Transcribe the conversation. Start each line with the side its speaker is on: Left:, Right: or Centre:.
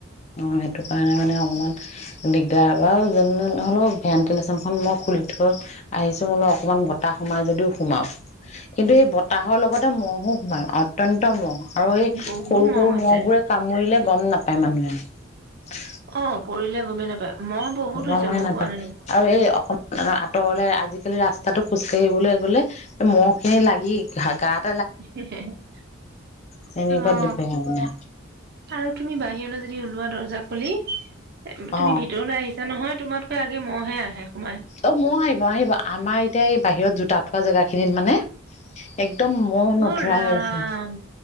Left: অ সেইটো কাৰণে মানে অকমান দিগদাৰ বাৰু যে নহলেও ভেণ্টিলেশ্যনখন মই খুলি থৈ আহিছো মোল অকনমান বতাহ সোমাই যদিও সোমাও কিন্তু এই বতাহৰ লগতে মহো সোমাইও অত্্যন্ত মহ আৰু এই
Right: বহুত
Left: সৰু সৰু
Right: হৈছে
Left: মহ বোৰে কামুৰিলে গম নাপায় পায় মানুহে <unintelligible>
Right: অ পৰিলে গমেই নাপায় মহ বহুত
Left: গময়ে
Right: হৈছে গম
Left: নাপায়
Right: পোৱা নে নোপোৱা।
Left: আৰু এই অকমান আঁতৰলে আজি আজিকালি ৰাস্তাতটো খোজকাাঢ়িবলৈ গলে মহ' খিনি লাগি গাত
Right: <unintelligible>
Left: তেনেকুৱা
Right: অ
Left: বেয়া মানে
Right: আৰু তুমি বাহিৰলৈ য ওলোৱা দৰ্জা খোলি তুমি
Left: অ
Right: ভিতৰলৈ আহিছা নহয় তোমাতকৈ আগে মহহে আহে সোমাই।
Left: অ মোৰ আহিব আহিব আমাৰ এতিয়া এই বাহিৰত জোতা থোৱা জেগা খিনিত মানে এক একদম মহ নধৰা
Right: অ' ৰাম
Left: হৈ আছে